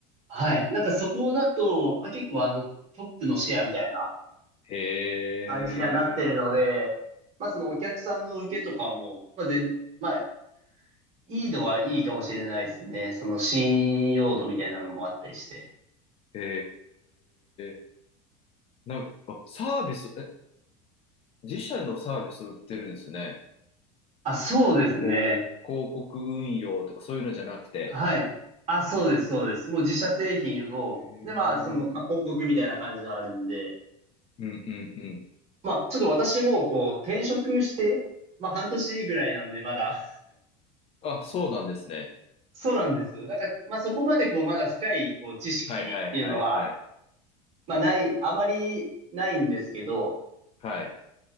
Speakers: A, on the right; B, on the left.
A: はい。なんかそこだと、まあ結構あのトップのシェアみたいな
B: へえ、
A: 感じにはなってるので、まあそのお客さんの受けとかも、まあ全、まあいいのはいいかもしれないですね。その信用度みたいなのもあったりして。
B: へえ。なんか、あ、サービス、え、自社のサービスを売ってるんですね。
A: あ、そうですね。
B: こう、広告運用とかそういうのじゃなくて。
A: はい。あ、そうです、そうです。もう自社製品を、
B: へえ。
A: で、まあ、その、まあ、広告みたいな感じがあるんで、
B: うんうんうん。
A: まあ、ちょっと私も、こう、転職して、まあ、半年ぐらいなんで、まだ。
B: あ、そうなんですね。
A: <laughs> そうなんですよ。だから、まあ、そこまで、こう、まだ深い、こう、知識っていうのは、
B: はいはいはいはい。
A: まあ、ない、あまりないんですけど、
B: はい。